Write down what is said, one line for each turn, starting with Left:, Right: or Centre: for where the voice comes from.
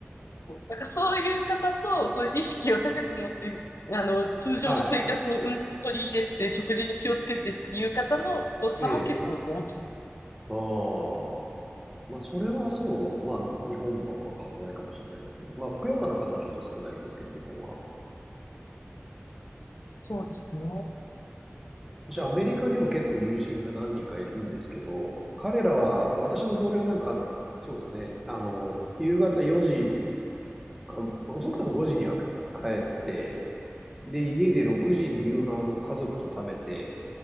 Left: なんかそういう方と、そういう意識を高く持って、あの、通常の生活にうん取り入れて、
Centre: はい。
Left: 食事に気をつけてっていう方のこう差も結構大きい。
Centre: ええ。ああ。まあ、それはそう。まあ、日本もあんま変わんないかもしれないですね。まあ、ふくよかな方はちょっと少ないですけど、日本は。
Left: そうですね。
Centre: 私、アメリカにも結構友人が何人かいるんですけど、彼らは、私の同僚なんか、そうですね、あの、夕方4時か、遅くとも5時には帰って、で、家で6時に夕飯を家族と食べて、
Left: うん